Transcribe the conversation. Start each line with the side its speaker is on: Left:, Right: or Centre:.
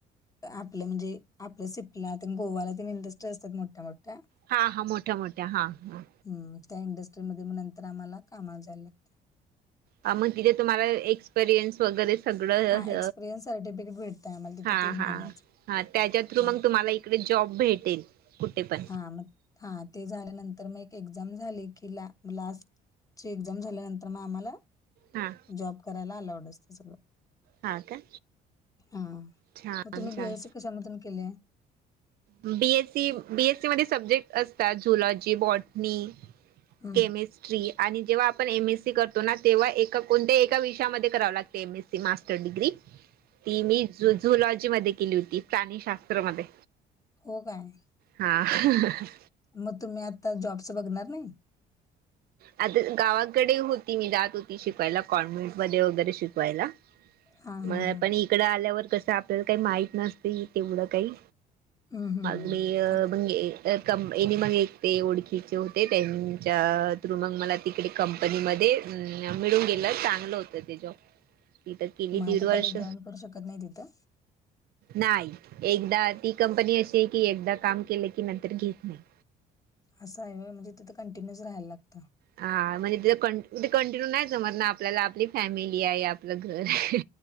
Left: आपलं म्हणजे आपलं सिपला गोवांला ते मिलदस्ट असतांत मोठ्यां मोठ्यां
Right: हां हां मोठ्या मोठ्या हां हां
Left: हम्मं त्यां इंडस्ट्रीमध्यें नंतर आम्हांला कामांला जांयला लागतं
Right: मंग तिथे तुम्हांला एक्सपिरियन्स वगैरें सगळं
Left: हा एक्सपिरियन्स सर्टिफिकेट भेटतंय आम्हाला तिथं
Right: हां
Left: तीन महिन्याचं
Right: हां हां त्यांच्या थ्रूं
Left: हा
Right: मंग तुम्हांला त्यां नां जॉब भेटेल कुंठे पंण
Left: हां मंग हां ते झाल्यानंतर मंग एक एक्झांम झाली की लां लांस्ट ची एक्झांम झाल्यानंतर मंग आम्हांला
Right: हां
Left: जॉब करांयला अलांवड असतं सगळं
Right: हा का
Left: हां
Right: छान
Left: मंग तुम्हीं बीएससी
Right: छान
Left: कशानं मधूंन केलेतं
Right: बीएससी बीएससी मध्यें सब्जेक्ट असतांत झुलॉजी बॉटनी
Left: हं,
Right: केमिस्ट ट्रीरी आणि जेव्हां आपणं एम एस सी करतो नां तेव्हां एकां कोणत्यां एकां विषयांमध्यें करावं लागतं M S C master degree
Left: <unintelligible>
Right: ती मी झुलॉजी मध्यें केली होती प्राणीशास्त्रमध्ये
Left: हो कायं
Right: हां हं हं
Left: मंग तुम्हीं आंता जॉबच बघणांर नाहीं
Right: आंता गावांकडे होती मी दांत होती शिकवांयला कॉन्व्हेंट मध्यें वगैरें शिकवांयला
Left: हां, हां,
Right: मलां
Left: हां.
Right: पणं इकडं आल्यांवर कसं आपल्यांला कांहीं माहित नसते तेवढं कांहीं
Left: हं, हं.
Right: देऊन
Left: आता
Right: बाकी मं कमं यांनीने मंग एक ते ओळखीचे होते त्यांच्या मंग मलां तिकडे कंपनी मं मिळूंन नं गेलं चांगलं होतं ते ज मी तरं केली
Left: मग आता
Right: दीड वर्ष
Left: परत जॉइन करू शकत नाही तिथं?
Right: नाहीं एकदां ती कंपनी अशी आहे की एकदां कायं केलं की नंतर घेतं नाऊही
Left: असं आहे म्हणंजेिथं कंटिन्यूसरहायलां लातं
Right: हां म्हणजे तिथं कं कंटिन्यू नाहीं समजं नां आपल्यांला आपली फॅमिली आहे आपलं घरं आहे